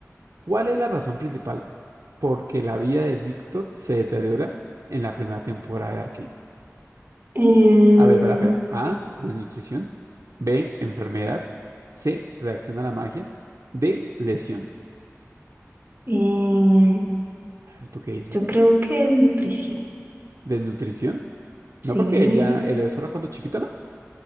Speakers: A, on the right; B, on the right.
A: ¿Cuál es la razón principal por que la vida de Víctor se deteriora en la primera temporada de Arcane?
B: Sí. Em,
A: A ver, espera, espera. A, desnutrición. B, enfermedad. C, reacción a la magia. D, lesión.
B: em,
A: A ver, ¿tú qué dices?
B: yo creo que es nutrición.
A: ¿Desnutrición? No
B: Sí.
A: porque ella, él era solo cuando chiquito, ¿no?